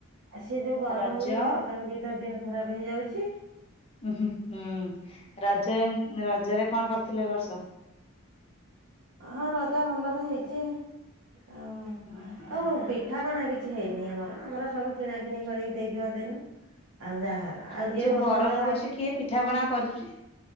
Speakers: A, on the right; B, on the left.
A: ସେ ଯୋଉ ଗରମ
B: ରଜ
A: ହଉଛି ସେ ଅଟମେଟିକ ତ ଦେହ ଖରାପ ହେଇଯାଉଛି।
B: ଉ ହୁଁ ହୁଁ ରଜ ଏମ ରଜରେ କଣ କରିଥିଲେ ଏ ବର୍ଷ?
A: ହଁ ରଜ ଭଲରେ ହେଇଛି। ଆଉ
B: ହୁଁ
A: ଆଉ ବି ପିଠା, ପଣା କିଛି ହେଇନି ଆମର ଆମର ସବୁ କିଣା କିିଣି କରିକି ଦେଇଦବା ଦେନୁ ଆଉ ଯାହା ହେଲା ଆଉ
B: ଏ
A: ଯିଏ
B: ଯୋଉ
A: ବନ୍ଧୁବାନ୍ଧବ
B: ଗରମ ହଉଛି
A: ଆଇଲେ
B: କିଏ ପିଠା, ପଣା କରୁଛି।